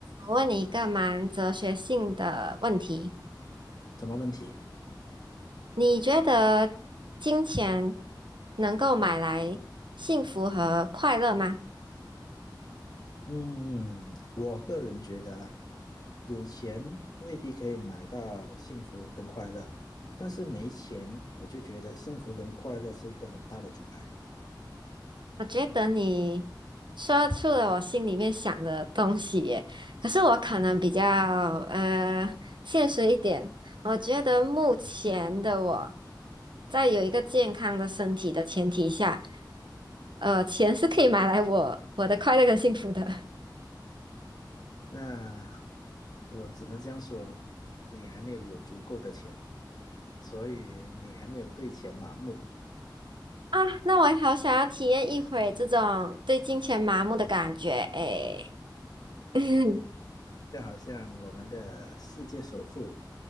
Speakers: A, on the right (about 75°); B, on the left (about 55°).
A: 我问你一个蛮哲学性的问题，
B: 什么问题？
A: 你觉得金钱能够买来幸福和快乐吗？
B: 嗯，嗯嗯我个人觉得啦，有钱未必可以买到幸福跟快乐，但是没钱，我就觉得幸福跟快乐是一个很大的阻碍。
A: 我觉得你说出了我心里面想的东西耶。可是我可能比较呃现实一点，我觉得目前的我在有一个健康的身体的前提下，呃，钱是可以买来我我的快乐跟幸福的。
B: 那我只能这样说，你还没有有足够的钱，所以你还没有对钱麻木。
A: 啊，那我也好想要体验一回这种对金钱麻木的感觉诶。<laughs>
B: 就好像我们的世界首富，